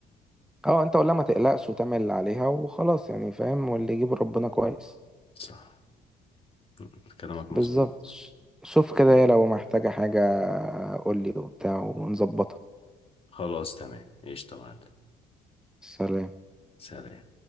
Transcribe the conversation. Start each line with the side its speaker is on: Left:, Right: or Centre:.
Centre: اه انت ولا ما تقلقش وتعمل اللي عليها وخلاص يعني فاهم واللي يجيب ربنا كويس
Left: صح مم. كلامك
Centre: بالظبط
Left: مظبوط
Centre: ش- شوف كده لو محتاجة حاجة قولي وبتاع ونظبطها
Left: خلاص تمام ايش تمام
Centre: سلام
Left: سلام